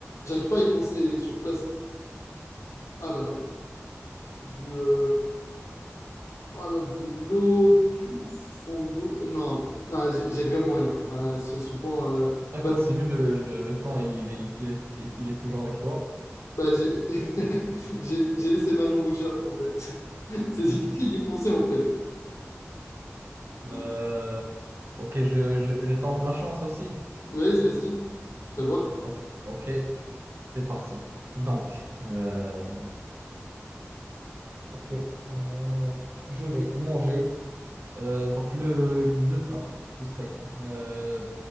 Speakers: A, on the left; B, on the right.
A: J'arrive pas à y penser sur place. Ah là là. Du... euh, Voilà, de l'eau, du fond d'eau. euh, Non, non, j'ai j'ai vraiment rien. À ce, ce point, euh,
B: Ah,
A: bah,
B: continue,
A: c'est-
B: le, le, le temps, il, il, il est, il est toujours avec toi.
A: bah, j'ai <laughs> j'ai- j'ai laissé ma langue au chat, en fait. <laughs> C'est difficile
B: <laughs>
A: d'y penser, en fait. Oui,
B: Euh, ok, je, je, je tente ma chance aussi.
A: Vas-y, vas-y, vas voir.
B: Donc, ok, c'est parti. Donc, euh, Ok, euh, je vais manger. Euh, donc le, le plat, ce serait euh,